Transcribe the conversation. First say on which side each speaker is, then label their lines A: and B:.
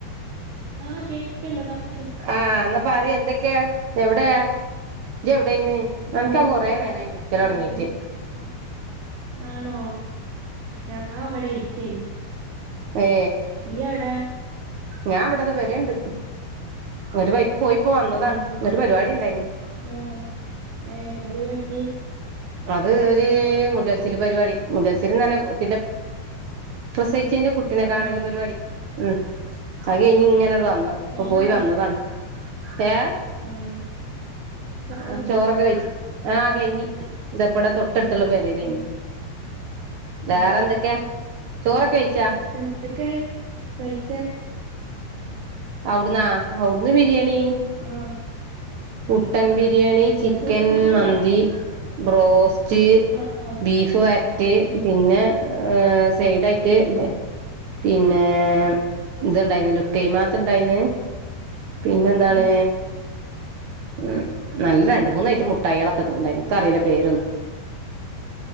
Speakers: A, on the right; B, on the right.
A: ആഹ് കേക്ക്ണ്ട് പറയൂ
B: ആഹ് എന്നാപ്പ പറ എന്തെങ്കി ക്ക എവിടെയാ <unintelligible> ടെന്ന്
A: ദാ
B: അനക്ക് ഞാൻ
A: വീട്ടിൽ
B: കൊറെ നേരമായി വിളിക്കല് തുടങ്ങിയിട്ട്.
A: ദാ വീ ആണോ ഞാന് അവിടെ ഇരിക്കേന്നെ
B: ഏ
A: നീ എവിടെ.
B: ഞാൻ ഇവിടത്തെ പേരയുണ്ട് ഒരു വൈ പോയിപ്പോ വന്നതാണ്,
A: ഉം
B: എന്നിട്ട്‌ പരിപാടി ഉണ്ടായിരുന്നു.
A: ആഹ് ഏഹ് എന്ത് പരുപാടി.
B: അത് ഒരു മുടൽച്ചില് പരിപാടി മുടൽച്ചില്ന്ന പറഞ്ഞാ കുട്ടിന്റെ. പ്രസവിച്ചതിന്റെ കുട്ടിനെ
A: ആണോ
B: കാണല് പരിപാടി ഉം. അത് ഇനി
A: ആണോ
B: ഇങ്ങനെ വന്ന ഇപ്പൊ
A: കഴിഞ്ഞോ
B: പോയി
A: പരിപാടി
B: വന്നതാണ്. ഏ
A: ആഹ് ക
B: ആഹ് ചോറൊക്കെ വെച്ചു ആഹ് കഴിഞ്ഞ് ഇതപ്പടെ തൊട്ടടുത്തുള്ള പേരലായിരുന്നു.
A: ഉം
B: വേറെ
A: ആഹ്
B: എന്തൊക്കെയാ ചോറൊക്കെ കഴിച്ചോ.
A: എന്തൊക്കെ കഴിച്ചേ.
B: അവിടന്നോ അവിടുന്ന് ബി ബിരിയാണി
A: ആഹ്
B: മുട്ടൻ
A: ആഹ്
B: ബിരിയാണി ചിക്കൻ
A: ഞാൻ ചോറ് കഴിച്ചിട്ടില്ല
B: മന്തി. ബ്രോസ്റ്റ്
A: ആഹ് ആഹ്
B: ബീഫ് വരറ്റ്
A: ഉം
B: പിന്നെ സൈഡായി ട്ട് പിന്നെ ഇതുണ്ടായിരുന്നല്ലോ ലുക്കൈമാ ഇതുയുണ്ടായിന്ന് പിന്നെ എന്താണ്.
A: ഉം
B: ഉം നല്ല രണ്ട് മൂന്ന് ഐറ്റം മുട്ടായികളൊക്കെ തന്നിട്ടുണ്ടായിരുന്നു എനിക്കറിയില്ല പേരൊന്നും.
A: <inaudible>